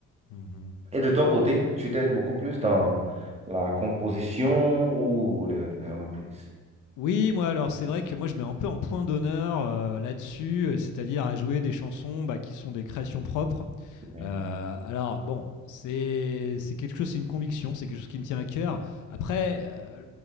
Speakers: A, on the left; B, on the right.
A: Mhm.
B: Et de ton côté, tu étais beaucoup plus dans la composition ou les, les reprises.
A: Oui, moi, alors c'est vrai que moi je mets un peu en point d'honneur euh, là-dessus, euh, c'est-à-dire à jouer des chansons bah, qui sont des créations propres.
B: Oui,
A: Euh, alors bon, c'est c'est quelque chose, c'est une conviction, c'est quelque chose qui me tient à cœur. Après, euh,